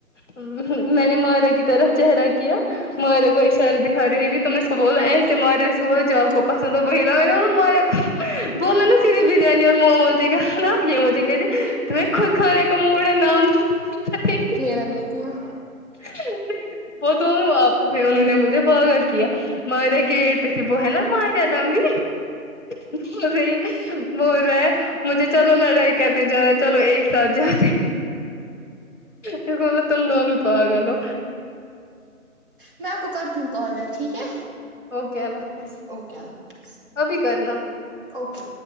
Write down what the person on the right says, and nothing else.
ہوں
میرا دیتی ہو
میں آپ کو کرتی ہوں کال بیک ٹھیک ہے
اوکے اللہ حافظ
اوکے